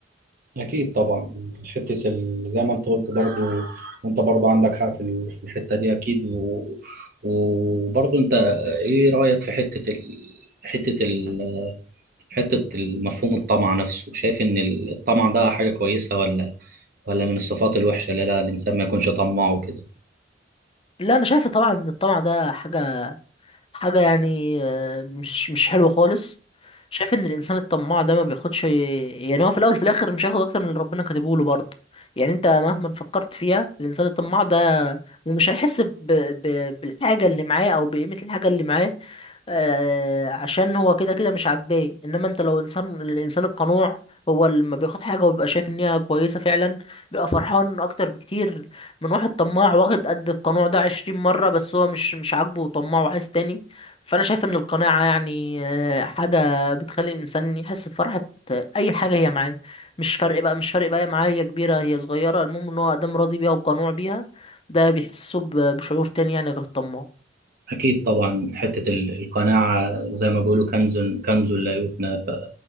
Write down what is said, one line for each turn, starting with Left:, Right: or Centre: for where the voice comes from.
Right: أكيد طبعا حتة ال... زي ما أنت قلت برضو وأنت برضو عندك حق في ال- في الحتة دي أكيد و... وبرضه انت ايه رأيك في حتة ال... حتة ال... حتة المفهوم الطمع نفسه شايف ان الطمع ده حاجة كويسة ولا ولا من الصفات الوحشة اللي لا الإنسان ما يكونش طماع وكده
Left: لا انا شايف طبعا ان الطمع ده حاجه حاجه يعني آه، مش مش حلوه خالص شايف ان الانسان الطماع ده ما بياخدش يعني هو في الاول وفي الاخر مش هياخد اكتر من اللي ربنا كاتبه له برضه يعني انت مهما فكرت فيها الانسان الطماع ده ومش هيحس ب... ب... بالحاجه اللي معاه او بقيمه الحاجه اللي معاه آه، عشان هو كده كده مش عاجباه انما انت لو انسان الانسان القنوع هو اللي لما بياخد حاجه وبيبقى شايف ان هي كويسه فعلا بيبقى فرحان اكتر بكتير من واحد طماع واخد قد القنوع ده عشرين مره بس هو مش مش عاجبه وطماع وعايز تاني فانا شايف ان القناعه يعني آه، حاجه بتخلي الانسان يحس بفرحه آه، اي حاجه هي معاه مش فرق بقى مش فرق بقى هي معاه هي كبيره هي صغيره المهم ان هو ادام راضي بيها وقنوع بيها ده بيحسسه ب- بشعور تاني يعني غير الطماع
Right: أكيد طبعا حتة ال- القناعة زي ما بيقولوا كنز كنز لا يفنى ف...